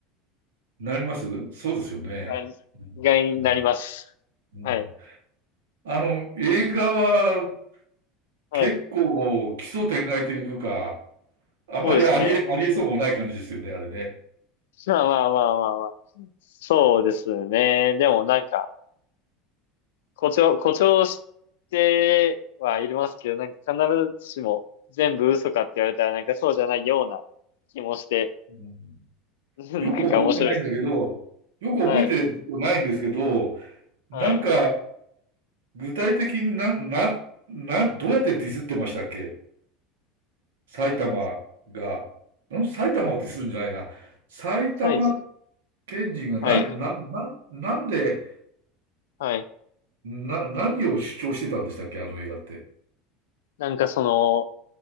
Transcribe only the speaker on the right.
<laughs> なりますそうですよね。
うん。
うん。うん
あの、映画は
結構奇想天外というか、あんまりありえ、
ありえそうもない感じですよね、あれね。
うん
よく覚えてないんだけど、よく覚えてないんですけど、
なんか、
具体的にな、な、な、どうやってディスってましたっけ埼玉が、
ん埼玉をディスるんじゃないな。埼玉
県人がな、
な、な、なんで、
な、何を主張してたんでしたっけ、あの映画って。